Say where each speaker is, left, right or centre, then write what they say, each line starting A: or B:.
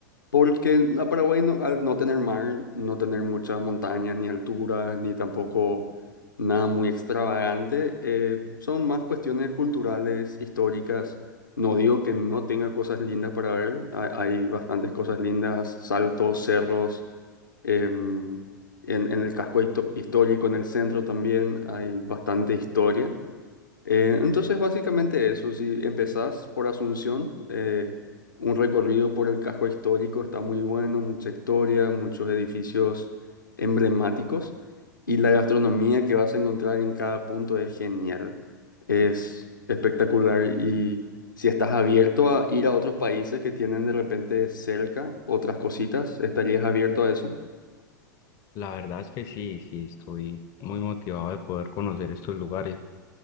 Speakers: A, on the left; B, on the left.
A: Porque a Paraguay, no- al no tener mar, no tener muchas montañas, ni alturas, ni tampoco nada muy extravagante, eh, son más cuestiones culturales, históricas. No digo que no tenga cosas lindas para ver, ha- hay bastantes cosas lindas, saltos, cerros, em, en, en el casco hito- histórico, en el centro también hay bastante historia. Eh, entonces, básicamente eso, si empezás por Asunción, eh, un recorrido por el casco histórico está muy bueno, mucha historia, muchos edificios emblemáticos y la gastronomía que vas a encontrar en cada punto es genial, es espectacular y si estás abierto a ir a otros países que tienen de repente cerca otras cositas, ¿estarías abierto a eso?
B: La verdad es que sí, sí, estoy muy motivado de poder conocer estos lugares.